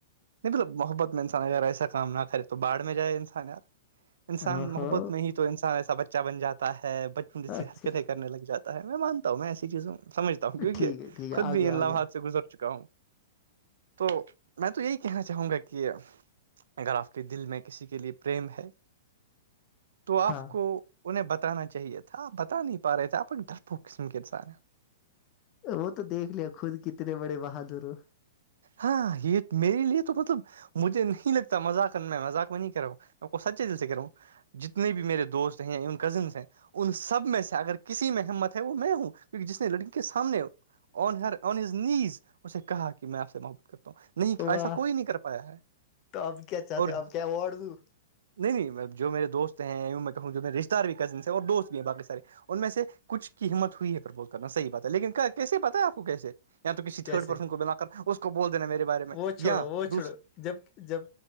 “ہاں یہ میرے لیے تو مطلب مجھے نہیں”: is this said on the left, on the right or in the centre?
Right